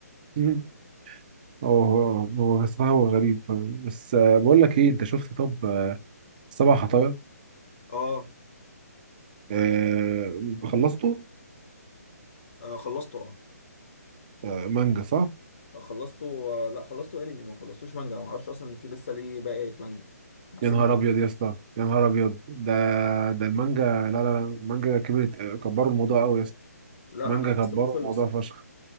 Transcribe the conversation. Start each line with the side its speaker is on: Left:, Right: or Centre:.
Right: مم. هو هو هو بصراحة هو غريب فاهم؟ بس آه، بقول لك ايه انت شفت طب آه، سبع خطايا
Left: اه,
Right: آه، خلصته
Left: آه خلصته اه
Right: آه، مانجا صح؟
Left: لا، خلصته آه لا خلصته انمي ما خلصتوش مانجا ما اعرفش اصلا ان في لسه ليه باقي مانجا بحسبه
Right: يا نهار
Left: خلص
Right: ابيض يا اسطى يا نهار ابيض ده ده المانجا لا لا لا المانجا كبرت آه، كبروا الموضوع قوي يا اسطى
Left: لا
Right: المانجا
Left: انا بحسبه
Right: كبروا
Left: خلص
Right: الموضوع فشخ